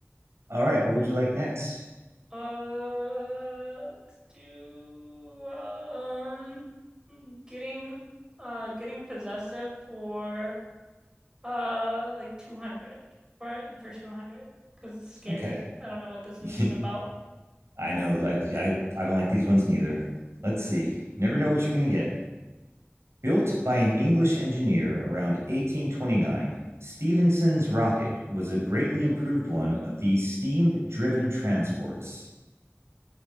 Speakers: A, on the right; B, on the right.
A: All right, what would you like next?
B: Uh, let's do um getting uh getting possessive for uh like 200 for for 200 because it's scary.
A: Okay,
B: I don't know what this one's
A: <laughs>
B: even about.
A: I know that I I don't like these ones neither. Let's see. You never know what you're going to get. Built by an English engineer around 1829, Stevenson's rocket was a greatly improved one of these steam driven transports.